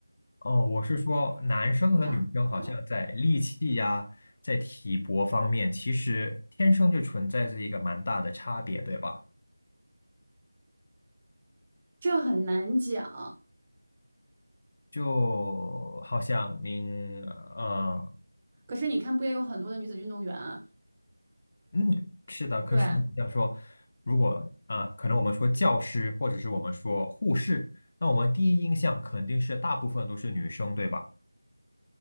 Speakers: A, on the left; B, on the right.
A: 哦，我是说，男生和女生好像在力气呀，
B: 下吗？
A: 在体魄方面，其实天生就存在着一个蛮大的差别，对吧？
B: 这很难讲，
A: 就好像您，呃，
B: 可是你看，不也有很多的女子运动员啊？
A: 嗯，是的，可是好像说，
B: 对，
A: 如果啊、呃可能我们说教师，或者是我们说护士，那我们第一印象肯定是大部分都是女生，对吧？